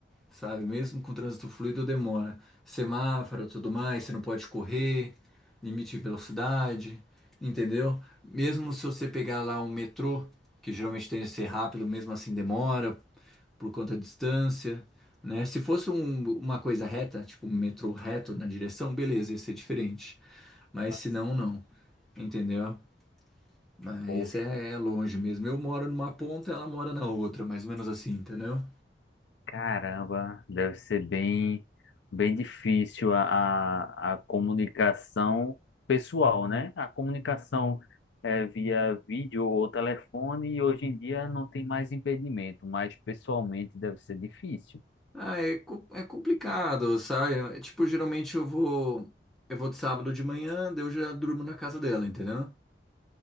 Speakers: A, in the centre; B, on the left (about 80°).
A: sabe? Mesmo com o trânsito fluido, demora. Semáforo, tudo mais, você não pode correr, limite de velocidade, entendeu? Mesmo se você pegar lá um metrô, que geralmente tem que ser rápido, mesmo assim demora por conta da distância, né? Se fosse um- uma coisa reta, tipo um metrô reto na direção, beleza, ia ser diferente. Mas
B: mas,
A: se não, não. Entendeu? Mas
B: poxa,
A: é, é longe mesmo. Eu moro numa ponta, ela mora na outra, mais ou menos assim, entendeu?
B: caramba, deve ser bem, bem difícil a, a, a comunicação pessoal, né? A comunicação é, via vídeo ou telefone, e hoje em dia não tem mais impedimento, mas pessoalmente deve ser difícil.
A: Ah, é, co- é complicado, sabe? É, tipo, geralmente eu vou. Eu vou de sábado de manhã, daí eu já durmo na casa dela, entendeu?